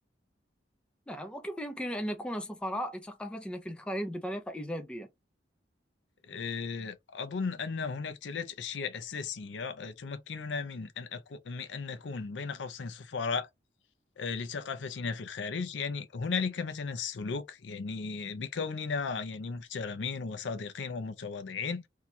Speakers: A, in the centre; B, on the left (about 85°).
A: نعم وكيف يمكن أن نكون سفراء لثقافتنا في الخارج بطريقة إيجابية؟
B: آه، أظن أن هناك ثلاث أشياء أساسية آه، تمكننا من أن أكون من أن نكون بين قوسين سفراء آه، لثقافتنا في الخارج يعني هنالك مثلا السلوك يعني بكوننا يعني محترمين وصادقين ومتواضعين